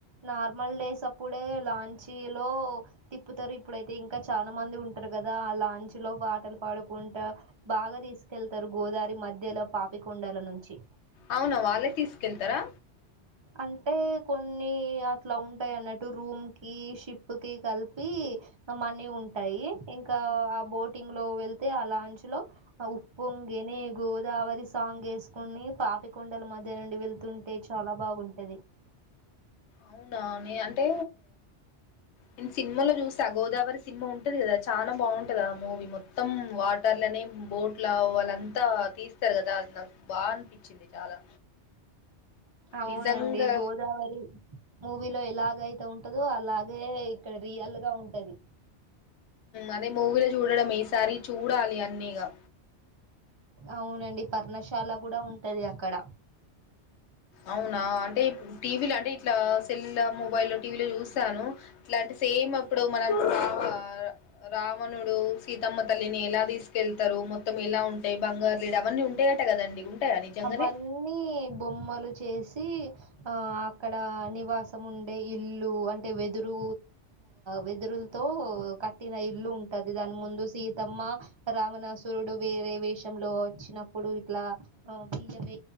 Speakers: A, on the right (about 35°); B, on the left (about 70°).
A: నార్మల్ డేస్ అప్పుడే లాంచీ లో తిప్పుతారు ఇప్పుడైతే ఇంకా చానా మంది ఉంటారు కదా. ఆ లాంచ్ లో పాటలు పాడుకుంటా బాగా. తీసుకెళ్తారు గోదారి మధ్యలో పాపికొండల నుంచి
B: అవున వాళ్ళే తీసుకెళ్తారా
A: అంటే కొన్ని అట్లా ఉంటాయి అన్నట్టు రూమ్ కి షిప్ కి కలిపి మనీ ఉంటాయి ఇంకా ఆ బోటింగ్ లో వెళ్తే ఆ లాంచ్ లో ఆ ఉప్పు ఎనీ గోదావరి సాంగ్ వేసుకుని పాపికొండల మధ్య నుండి వెళ్తుంటే చాలా బాగుంటది
B: అవునా న అంటే నేను సినిమాలో చూసా గోదావరి సినిమా ఉంటది కదా చాలా బాగుంటది మూవీ మొత్తం వాటర్ ఇలానే బోట్ల వాళ్ళంతా తీస్తారు కదా అది నాకు బాగా అనిపించింది చాలా
A: అవునండి
B: నిజంగా
A: గోదావరి మూవీలో ఎలాగైతే ఉంటదొ అలాగే ఇక్కడ రియల్ గా ఉంటది
B: అదే మూవీలో చూడడం ఈ సారి చూడాలి అన్నీ ఇక
A: అవునండి పర్ణశాల కూడా ఉంటది అక్కడ
B: అవునా అంటే టీవీలు అంటే ఇట్లా సెల్ లో మొబైల్ టీవీలో చూస్తాను ఇట్లాంటి సేమ్ అప్పుడు మనం రావ రావణుడు సీతమ్మ తల్లిని ఎలా తీసుకెళ్తారు మొత్తం ఎలా ఉంటాయి బంగారులేడీ అవన్నీ ఉంటాయట కదండి ఉంటాయా నిజంగానే
A: అవన్నీ బొమ్మలు చేసి ఆ అక్కడ నివాసం ఉండే ఇల్లు అంటే వెదురు వెదురులతో కట్టిన ఇల్లు ఉంటది దాని ముందు సీతమ్మ రావణాసురు సురుడు వేరే వేషంలో వచ్చినప్పుడు ఇట్లా బియ్యం